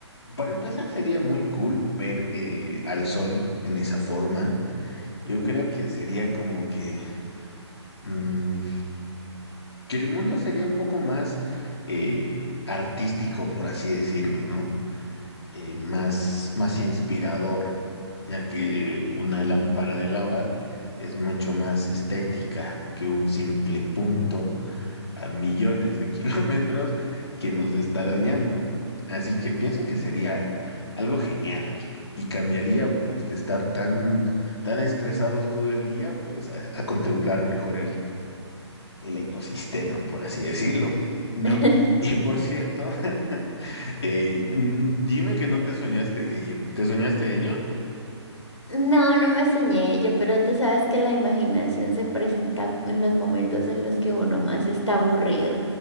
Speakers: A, on the left; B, on the left.
A: para empezar sería muy cool ver eh, al sol en esa forma. Yo
B: <laughs>
A: creo que sería como que... mm, que el mundo sería un poco más eh, artístico, por así decirlo, ¿no? eh, más, más inspirador, ya que una lámpara de lava es mucho más estética que un simple punto a millones de <laughs> kilómetros que nos está dañando. Así que pienso que sería algo genial y cambiaría pues de estar tan, tan estresados todo el día pues a, a contemplar mejor el ecosistema, por así decirlo, ¿no?
B: <laughs>
A: Y por cierto, <laughs> eh, mm, dime que no te soñaste ello. ¿Te soñaste ello?
B: No, no me soñé ello, pero tú sabes que la imaginación se presenta en los momentos en los que uno más está aburrido.